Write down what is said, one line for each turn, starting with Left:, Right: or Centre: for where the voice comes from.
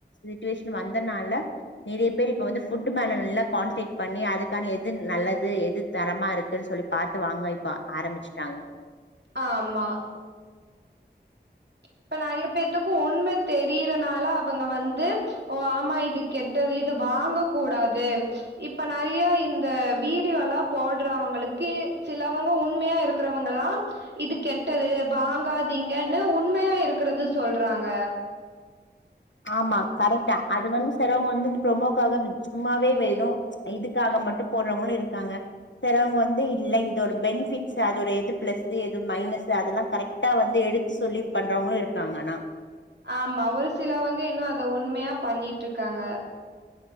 Left: சுட்டிவேஷன் வந்தனால நெறைய பேர் இப்ப வந்து ஃபுட்டு மேல நல்ல கான்ஸ்ரேட் பண்ணி அதுக்கான எது நல்லது எது தரமா இருக்குன் சொல்லி பாத்து வாங்கவய்ப்ப ஆரம்பிச்சுட்டாங்க
Right: ஆமா இப்ப நெறைய பேத்துக்கு உண்ம தெரியறனால அவங்க வந்து ஓ ஆமா இதுக் கெட்டது இது வாங்க கூடாது இப்ப நெறைய த வீடியோலா போட்றவங்களுக்கி சிலவங்க உண்மையா இருக்கிறவங்கல்லா இது கெட்டது வாங்காதீங்கன்னு உண் ண்மையா இருக்கிறது சொல்றாங்க
Left: ஆமா கரெக்ட் தா அது வந்து செரவங்க வந்து இந்த ப்ரொமோக்காக சும்மாவே வெதும் இதுக்காக மட்டூ போட்றவங்களூ இருக்காங்க செறவங்க வந்து இல்ல இது ஒரு பெனிஃபிட்ஸ் அது ஒரு எது பிளஸ்ஸு எது மைனஸ்ஸு அதெல்லா கரெக்டா வந்து எடுத்து சொல்லி பண்றவங்களூ இருக்காங்க ஆனா
Right: ஆமா ஒரு சிலவங்க இன்னூ அத உண்மையா பண்ணிட்ருக்காங்க